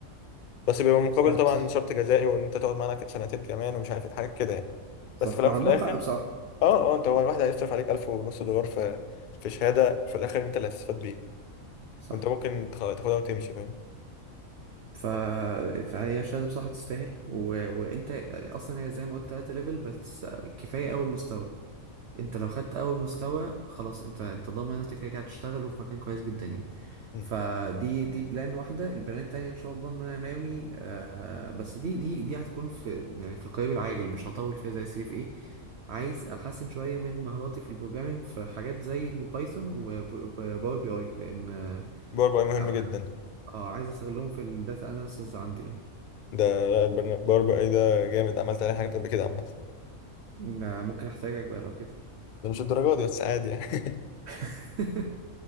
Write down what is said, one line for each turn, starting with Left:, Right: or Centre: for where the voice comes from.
Left: بس بيبقى مقابل
Right: فاهم
Left: طبعا
Right: صح
Left: شرط جزائي وان انت تقعد معانا سنتين كمان ومش عارف إيه، حاجات كده يعني
Right: صح
Left: بس في الاول
Right: ما عندهم
Left: وفي الاخر
Right: حق بصراحة
Left: اه اه انت هو واحد هيصرف عليك 1000 ونص دولار في في شهادة في الاخر انت اللي هتستفاد بيها
Right: صح
Left: وانت ممكن تخ- تاخدها وتمشي فاهم
Right: ف... فهي شهادة بصراحة تستاهل و... وانت اصلا هي زي ما قلت 3 ليفل بس كفاية اول مستوى انت لو خدت اول مستوى خلاص انت انت ضامن ان انت كده كده هتشتغل وفي مكان كويس جدا يعني
Left: مم.
Right: فدي دي بلان واحده البلان التانيه ان شاء الله ان انا ناوي آه بس دي دي دي هتكون في يعني في القريب العاجل مش هطول فيها زي سي اف ايه عايز احسن شويه من مهاراتي في البروجرامينج في حاجات زي البايثون وباور بي اي لان
Left: باور بي اي
Right: اه
Left: مهم جدا
Right: اه، عايز استغلهم في الداتا اناليسز عندي يعني
Left: ده برن- باور بي اي ده جامد عملت عليه حاجات قبل كده عامة
Right: ده ممكن احتاجك بقى لو كده
Left: ده مش الدرجات دي بس عادي يعني <laughs>
Right: <laughs>